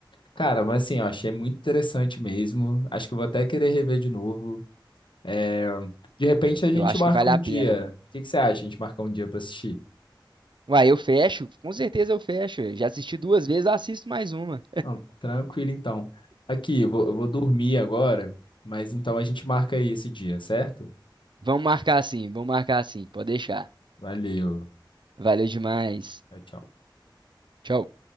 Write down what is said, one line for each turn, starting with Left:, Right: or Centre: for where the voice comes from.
Left: Cara, mas assim, eu achei muito interessante mesmo. Acho que eu vou até querer rever de novo. É, De repente a gente
Right: Eu acho
Left: marca
Right: que vale
Left: um
Right: a
Left: dia.
Right: pena.
Left: O que que você acha? A gente marca um dia pra assistir?
Right: Uai, eu fecho, com certeza eu fecho. Eu já assisti duas vezes, assisto mais uma.
Left: Não, tranquilo então. Aqui, eu vou, eu vou dormir agora, mas então a gente marca aí esse dia, certo?
Right: Vamos marcar assim, vamos marcar assim, pode deixar.
Left: Valeu.
Right: Valeu demais.
Left: Tchau, tchau.
Right: Tchau.